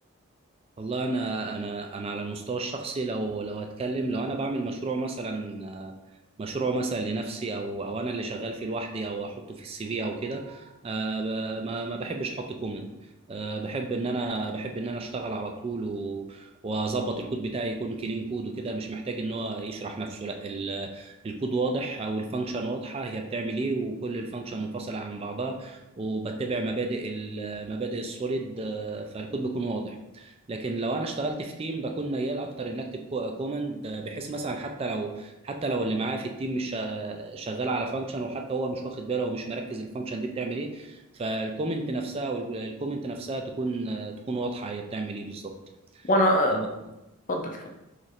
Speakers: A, on the right; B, on the left.
A: والله انا انا انا على المستوى الشخصي لو لو هتكلم لو انا بعمل مشروع مثلا آه، مشروع مثلا لنفسي او او انا اللي شغال فيه لوحدي او احطه في السي في او كده آه، ب- ما ما بحبش احط كومنت آه، بحب ان انا بحب ان انا اشتغل على طول و- واظبط الكود بتاعي يكون كلين كود وكده مش محتاج ان هو يشرح نفسه لا ال- الكود واضح او الفانكشن واضحه هي بتعمل ايه وكل الفانكشن منفصله عن بعضها وبتبع مبادئ ال- مبادئ السوليد آه، فالكود بيكون واضح لكن لو انا اشتغلت في تيم بكون ميال اكتر ان اكتب كومند بحيث مثلا حتى لو حتى لو اللي معايا في التيم مش شا- شغال على فانكشن وحتى هو مش واخد باله ومش مركز الفانكشن دي بتعمل ايه فالكومنت نفسها والكومنت نفسها تكون آه، تكون واضحه هي بتعمل ايه بالظبط
B: وانا
A: آه
B: آه، اتفضل اتفضل